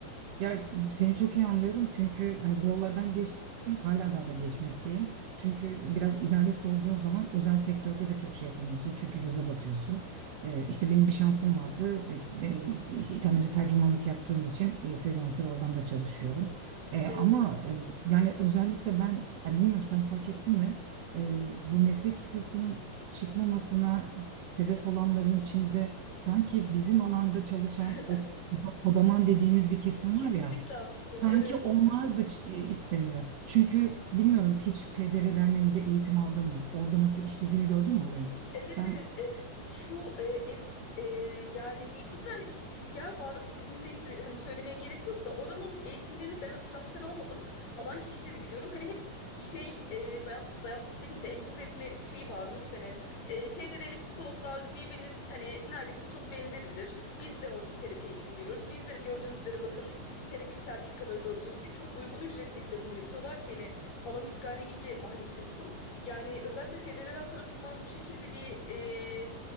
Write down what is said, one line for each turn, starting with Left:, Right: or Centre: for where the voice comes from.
Right: Ya seni çok iyi anlıyorum çünkü hani bu yollardan geçtim hala daha da geçmekteyim. Çünkü biraz idealist olduğun zaman özel sektörde de çok şey yapamıyorsun çünkü göze batıyorsun. Ee, işte benim bir şansım vardı işte benim işte İtalyanca tercümanlık yaptığım için e, freelancer oradan da çalışıyorum. Ee,
Left: Evet.
Right: ama e, yani özellikle ben ya bilmiyorum sen fark ettin mi? Ee, bu meslek yasasının çıkmamasına sebep olanların içinde Sanki bizim alanda çalışan
Left: <laughs>
Right: o odaman dediğimiz bir kesim
Left: Kesinlikle
Right: var ya,
Left: haklısın.
Right: sanki
Left: Evet.
Right: onlar da ç- istemiyor. Çünkü bilmiyorum hiç PDR Derneği'nde eğitim aldın mı? Orada nasıl işlediğini gördün mü olayın?
Left: Evet
Right: Ben
Left: evet e, şu e, ev- e, yani bir, bir tane bir yer var ismini neyse hani söylemeye gerek yok da oranın eğitimlerini ben şahsen almadım. Alan kişileri biliyorum. Hani hep şey e, dayat, dayatması demeyeyim de empoze etme şeyi varmış. Hani e, PDR'li psikologlar birbirinin hani neredeyse çok benzeridir. Biz de orada terapi eğitimi görüyoruz. Biz de gördüğünüz üzere bakın terapi sertifikaları dağıtıyoruz deyip çok uygun ücretli bir de bunu yapıyorlar ki hani alan işgaline iyice mahal açılsın. Yani özellikle PDD'ler tarafından bu şekilde bir e,